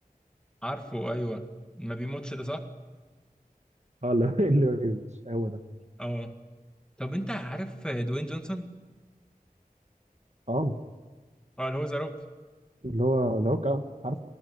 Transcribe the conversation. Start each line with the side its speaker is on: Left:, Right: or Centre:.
Centre: عارفه ايوه ما بيموتش ده صح
Right: اه اللي <laughs> اللي ما بيموتش هو ده
Centre: اه طب انت عارف دوين جونسون
Right: اه
Centre: اه اللي هو ذا روك
Right: اللي هو ذا هوك آه، عارف